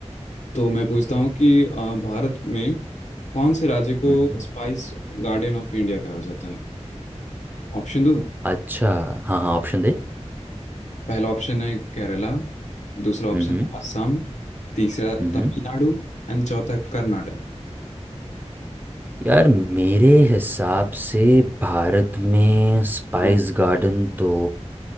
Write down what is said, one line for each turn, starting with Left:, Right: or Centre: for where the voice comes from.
Left: तो मैं पूछता हूँ कि अ, भारत में कौन से राज्य को
Right: हम्म
Left: स्पाइस गार्डन ऑफ इंडिया कहा जाता है ऑप्शन दो
Right: अच्छा हाँ हाँ ऑप्शन दे
Left: पहला ऑप्शन है केरला दूसरा ऑप्शन
Right: हम्म
Left: है असम तीसरा
Right: हम्म
Left: तमिलनाडु एंड चौथा कर्नाटक
Right: यार मेरे हिसाब से भारत में स्पाइस
Left: हाँ
Right: गार्डन तो